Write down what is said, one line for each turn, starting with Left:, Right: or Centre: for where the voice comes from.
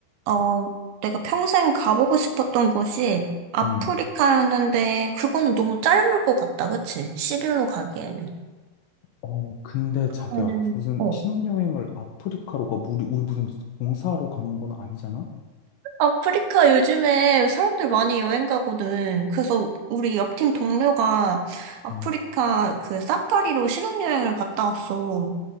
Right: 어, 내가 평생 가보고 싶었던 곳이 아프리카였는데,
Left: 음.
Right: 그거는 너무 짧을 것 같다, 그치? 10일로 가기에는.
Left: 어, 근데 자기야,
Right: 나는,
Left: 그 무슨
Right: 어.
Left: 신혼여행을 아프리카로 가, 우리, 우리 무슨 봉사하러 가는 건 아니잖아?
Right: 아프리카 요즘에 사람들 많이 여행 가거든. 그래서 우리 옆 팀 동료가 아프리카
Left: 음.
Right: 그 사파리로 신혼여행을 갔다 왔어.